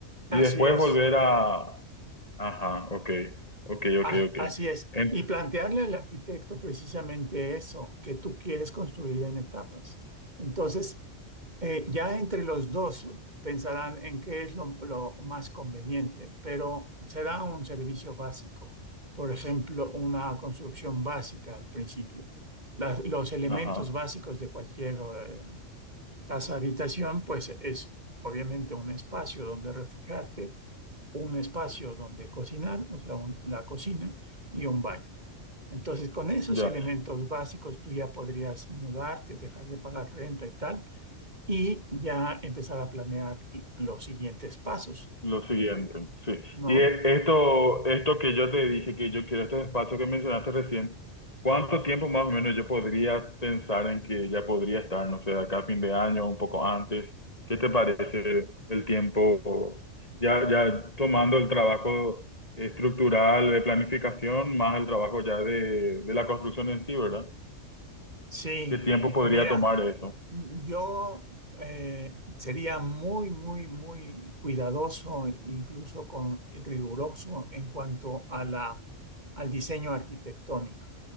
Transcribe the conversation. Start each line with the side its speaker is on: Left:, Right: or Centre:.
Left: y
Right: Así
Left: después
Right: es.
Left: volver a Ajá, ok, ok,
Right: Ah,
Left: ok, ok.
Right: así es.
Left: En-
Right: Y plantearle al arquitecto precisamente eso, que tú quieres construir en etapas. Entonces, eh, ya entre los dos pensarán en qué es lo, lo más conveniente, pero será un servicio básico. Por ejemplo, una construcción básica al principio. La- los elementos
Left: ajá,
Right: básicos de cualquier eh, casa habitación, pues es obviamente un espacio donde refugiarte un espacio donde cocinar, o sea, un- la cocina y un baño. Entonces, con esos
Left: ya,
Right: elementos básicos, tú ya podrías mudarte, dejar de pagar renta y tal, y ya empezar a planear los siguientes pasos,
Left: lo siguiente, sí.
Right: ¿no?
Left: Y e- esto, esto que yo te dije, que yo quiero este espacio que mencionaste recién, ¿cuánto tiempo más o menos yo podría pensar en que ya podría estar, no sé, de acá a fin de año, un poco antes? ¿Qué te parece el tiempo? Ya, ya tomando el trabajo estructural de planificación, más el trabajo ya de, de la construcción en sí, ¿verdad?
Right: Sí,
Left: ¿Qué tiempo podría
Right: mira,
Left: tomar eso?
Right: yo eh, sería muy, muy, muy cuidadoso, incluso con riguroso en cuanto a la, al diseño arquitectónico.